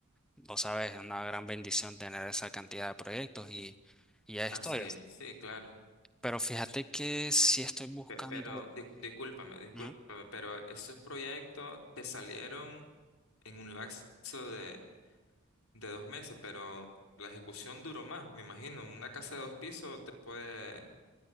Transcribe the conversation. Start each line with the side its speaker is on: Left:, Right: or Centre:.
Centre: Vos sabes, es una gran bendición tener esa cantidad de proyectos y, y ya
Left: Así
Centre: estoy.
Left: es, sí, claro.
Centre: Pero fíjate que si estoy buscando...
Left: Pe- Pero discu- discúlpame, discúlpame,
Centre: Ujú.
Left: pero esos proyectos te salieron en un lapso de, de dos meses, pero la ejecución duró más, me imagino. Una casa de dos pisos te puede